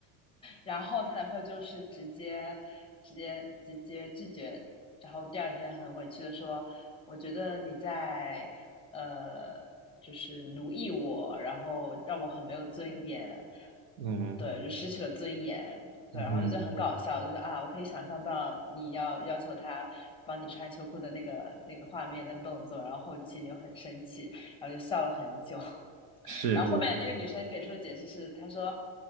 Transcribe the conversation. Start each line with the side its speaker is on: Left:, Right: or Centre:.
Left: 然后她男朋友就是直接直接直接拒绝，然后第二天很委屈的说：“我觉得你在呃，就是奴役我，然后让我很没有尊严。”
Right: 嗯
Left: 对，就失去了尊严。对，
Right: 嗯哼，
Left: 然后就很搞笑，就是啊，我可以想象到你要要求他帮你穿秋裤的那个那个画面跟动作，然后后期你又很生气，然后就笑了很久。<laughs>
Right: 是是
Left: 然后后面那个女生给出的解释是，她说，